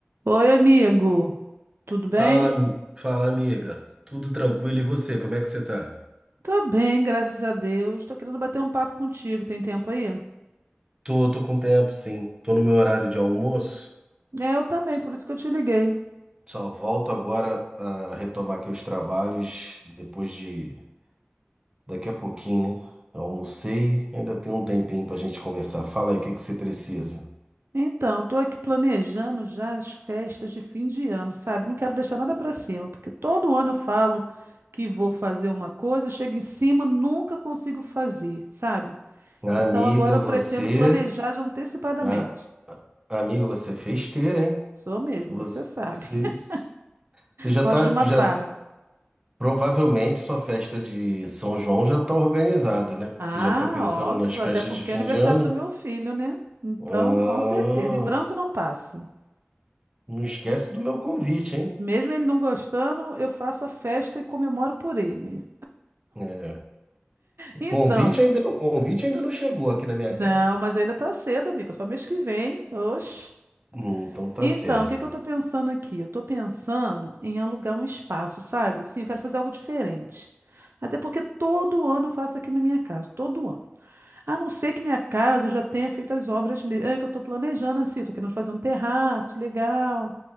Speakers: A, on the right; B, on the right.
A: Oi, amigo. Tudo bem?
B: Fala, am- fala, amiga. Tudo tranquilo? E você, como é que você tá?
A: Tô bem, graças a Deus. Tô querendo bater um papo contigo. Tem tempo aí?
B: Tô, tô com tempo, sim. Tô no meu horário de almoço.
A: É, eu também,
B: Só
A: por isso que eu te liguei.
B: só volto agora a retomar aqui os trabalhos depois de daqui a pouquinho, né? Almocei, ainda tem um tempinho pra gente conversar. Fala aí, o que que você precisa?
A: Então, eu tô aqui planejando já as festas de fim de ano, sabe? Não quero deixar nada pra cima, porque todo ano eu falo que vou fazer uma coisa, chego em cima, nunca consigo fazer, sabe?
B: Amiga,
A: Então agora eu
B: você,
A: pretendo planejar já antecipadamente.
B: a- amiga, você é festeira, hein?
A: Sou mesmo,
B: Você,
A: você sabe. <laughs>
B: você você já
A: Gosto
B: tá,
A: de uma
B: já
A: farra.
B: Provavelmente sua festa de São João já está organizada, né? Porque
A: Ah,
B: você já está pensando
A: óbvio,
B: nas festas
A: até porque
B: de fim
A: é aniversário
B: de ano.
A: do meu filho, né? Então,
B: Ah,
A: com certeza, em branco não passa.
B: não esquece do meu convite, hein?
A: Mesmo ele não gostando, eu faço a festa e comemoro por ele.
B: É, o
A: Então,
B: convite ainda, o convite ainda não chegou aqui na minha
A: não,
B: casa.
A: mas ainda tá cedo, amiga, só mês que vem. Oxe.
B: Hum, então tá
A: Então,
B: certo.
A: o que que eu tô pensando aqui? Eu tô pensando em alugar um espaço, sabe? Sim, eu quero fazer algo diferente. Até porque todo ano eu faço aqui na minha casa, todo ano. A não ser que minha casa eu já tenha feito as obras ne- é, que eu estou planejando assim, tô querendo fazer um terraço legal,